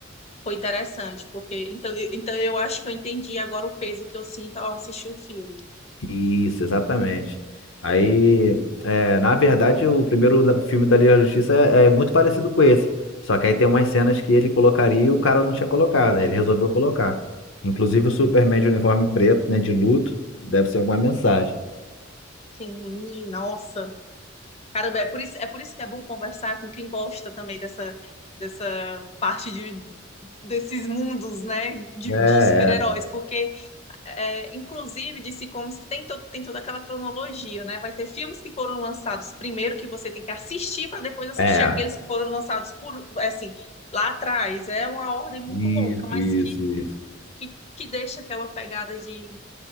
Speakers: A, on the left; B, on the left.
A: Foi interessante, porque então, eu- então eu acho que eu entendi agora o peso que eu sinto ao assistir o filme.
B: Isso, exatamente. Aí, é, na verdade, o primeiro da- filme da Liga da Justiça é, é muito parecido com esse. Só que aí tem umas cenas que ele colocaria e o cara não tinha colocado. Aí ele resolveu colocar. Inclusive o Superman de uniforme preto, né, de luto, deve ser alguma mensagem.
A: Sim, nossa. Caramba, é por isso, é por isso que é bom conversar com quem gosta também dessa, dessa parte de, desses mundos, né, de,
B: É,
A: de super-heróis, porque, é, inclusive, de Comics tem, to, tem toda aquela cronologia, né? Vai ter filmes que foram lançados primeiro que você tem que assistir para depois assistir
B: é, é.
A: aqueles que foram lançados por, assim, lá atrás. É uma ordem muito
B: Isso,
A: louca, mas
B: isso,
A: que
B: isso.
A: que, que deixa aquela pegada de,